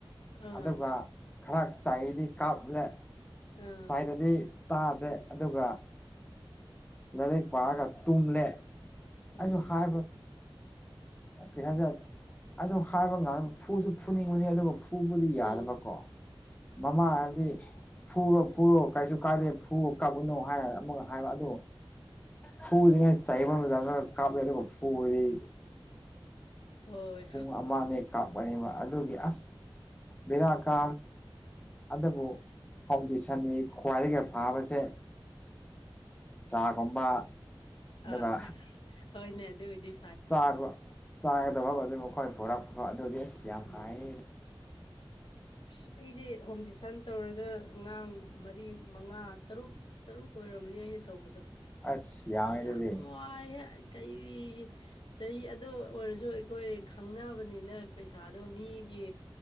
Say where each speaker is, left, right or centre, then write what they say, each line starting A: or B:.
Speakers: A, on the left; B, on the left.
A: ꯑꯥ
B: ꯑꯗꯨꯒ ꯈꯔ ꯆꯍꯤꯥꯗꯤ ꯀꯥꯞꯂꯦ
A: ꯑꯥ
B: ꯁꯥꯏꯗꯗꯤ ꯇꯥꯗꯦ ꯑꯗꯨꯒ ꯂꯥꯏꯔꯤꯛ ꯄꯥꯔꯒ ꯇꯨꯝꯂꯦ
A: ꯎꯝ
B: ꯑꯩꯁꯨ ꯍꯥꯏꯕ ꯀꯦꯍꯥꯖꯟ ꯑꯗꯨ ꯍꯥꯏꯕ ꯉꯥꯡꯗꯣ ꯐꯨꯁꯨ ꯐꯨꯅꯤꯡꯕꯅꯤ ꯑꯗꯨꯒ ꯐꯨꯕꯥꯗꯤ
A: ꯎꯝ
B: ꯌꯥꯗꯕꯀꯣ ꯃꯃꯥꯅꯗꯤ ꯐꯨꯔꯣ ꯐꯨꯔꯣ ꯀꯩꯁꯨ ꯀꯥꯏꯗꯦ ꯐꯨꯔꯣ ꯀꯥꯞꯎꯨꯅꯨ ꯍꯥꯏꯔ ꯑꯃꯨꯛꯒ ꯍꯥꯏꯕ ꯑꯗꯣ ꯐꯨꯁꯤꯉ ꯆꯕ ꯃꯇꯝꯗ ꯀꯥꯞꯄꯦ ꯑꯗꯨꯒ ꯐꯨꯗꯤ
A: ꯍꯣꯏ
B: ꯄꯨꯡ ꯑꯃꯥ ꯑꯅꯤꯈꯛ ꯑꯣꯏꯑꯦꯕ ꯑꯗꯨꯒꯤ ꯑꯁ ꯕꯤꯦꯔꯥ ꯀꯥ ꯑꯗꯨꯕꯨ ꯐꯥꯎꯗꯤꯁꯟꯅꯤ ꯈ꯭ꯋꯥꯏꯗꯒꯤ ꯐꯥꯕꯁꯦ ꯆꯥꯒꯨꯝꯕ ꯑꯗꯨꯒ
A: ꯑꯥ ꯍꯣꯏꯅꯦ ꯑꯗꯨꯏꯗꯤ
B: ꯆꯒ ꯆꯥꯒꯗꯕ ꯑꯣꯏꯗꯤ ꯃꯈꯣꯏ ꯄꯨꯔꯛꯄ ꯑꯗꯨꯗꯤ ꯑꯁ ꯌꯥꯝ
A: ꯎꯝ
B: ꯐꯍꯦ
A: ꯑꯁ ꯑꯩꯗꯤ ꯍꯣꯝ ꯇ꯭ꯨꯁꯟ ꯇꯧꯔꯒ ꯑꯉꯥꯡ ꯃꯔꯤ ꯃꯉꯥ ꯇꯔꯨꯛ ꯇꯔꯨꯛ ꯑꯣꯏꯔꯝꯃꯅꯤ ꯑꯩꯅ ꯇꯧꯕꯗꯣ
B: ꯑꯁ ꯌꯥꯝꯃꯦ
A: ꯏꯁ ꯌꯥꯝ
B: ꯑꯗꯨꯗꯤ
A: ꯋꯥꯏꯍꯦ ꯀꯩꯔꯤꯒꯤ ꯆꯍꯤ ꯑꯗꯨ ꯑꯣꯏꯔꯁꯨ ꯑꯩꯈꯣꯏ ꯈꯪꯅꯕꯅꯤꯅ ꯄꯩꯁꯥꯗꯣ ꯃꯤꯒꯤ